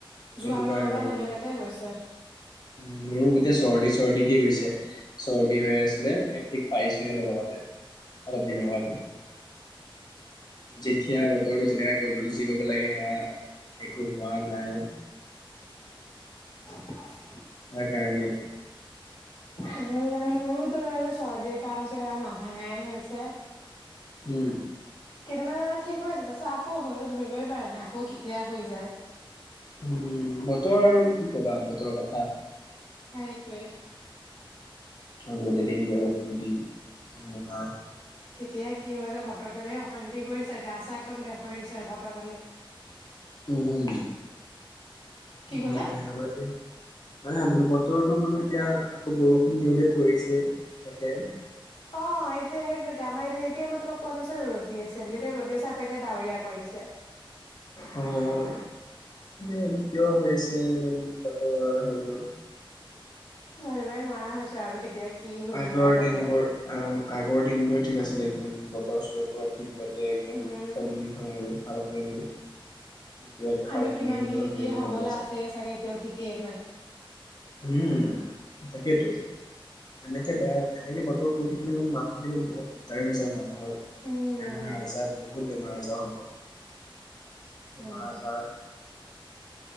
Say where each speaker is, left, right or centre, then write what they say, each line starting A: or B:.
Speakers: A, on the left; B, on the left.
A: যোৱা
B: সেইটো
A: মাহৰ
B: কাৰণেই।
A: পৰা তেনেকাতে গৈছে
B: উম মোৰো গোটে চৰ্দি চৰ্দি কে গৈছ <unintelligible> চৰ্দি হৈ আছে। বোলে একতিক পাইছোহে লবাগতে। অলপ দিনসহেঁতেন।
A: উম
B: যেতিয়া বতৰটো জেনেৰাইগ <unintelligible> যি ব ব লাগে সেয়া, একো হোৱা নাই।
A: <unintelligible>
B: সেকাৰনে।
A: হে ৰাম, মোৰোতো <unintelligible> চৰ্দি কাহ হৈছে সেয়া নাভাঙাই হৈছে।
B: হো।
A: এবাবাবা ঠিক হৈ যায়। তাইছত আকৌ হয় অ ধৰিবই পৰা নাই আকৌ কেতিয়া হৈ যায়
B: হোঁ, বতৰ আৰু কি কবা বতৰৰ কথা।
A: হাইটোৱে।
B: ৰ'দ এদিন। বৰষুণ দুদিন। ধুমুহা।
A: কেতিয়া কি হয় যে বতৰদালে অশান্তি কৰিছে গা চা একদম বেয়া কৰি দিছে বতৰদালে।
B: উম উম
A: কি
B: বহুত
A: ক'লা
B: বেয়া হয় দেই। নাহা বুলি বত বতৰটো মানে এতিয়া, আক' বৰষুণ দিওঁ-দিওঁ কৰিছে, তাকে।
A: অ ', এতিয়া সেইটোহে আমাৰ এতিয়া এইমাত্ৰ কোৱা নাছিলোঁ ৰ'দ দিএছে এবেলি এতিয়া ৰ'দ দি আছে এতিয়া আক' ডাৱৰীয়া কৰিছে।
B: উম, ম <inaudible> জানো কিয় হৈ আছে বতৰ <unintelligible>
A: ধৰিবই নোৱাৰা হৈছোঁ আৰু কেতিয়া কি হৈ
B: আগৰ
A: যায় বতৰ।
B: দিনবোৰ আউ। আগৰ দিনবোৰে ঠিক আছিলে। একদম বতৰ-চতৰ পৰা ঠিক মাতে একদম
A: উম
B: সলনি হয় সালসলনি, এতিয়া আকৌ
A: আৰু
B: সালসলনি
A: কিমান কি
B: বোৰ হেৰি
A: কি হবলৈ
B: হয় আছে <inaudible>
A: চাগে এতিয়াও ঠিকেই নাই।
B: উম, তাকেতো, এনেকে বেয়া এনেকে বতৰ পৰি থাকিলে মানে মানুহ কিন্তু বহুত দিগদাৰি হৈ যায় মানুহ। ৰ,
A: উম
B: বেমাৰ-আজাৰ বহুত। বহুত বেমাৰ-আজাৰ হ'ব <inaudible> <inaudible> কুমাৰ
A: হয় বাৰু।
B: আজাৰ <inaudible>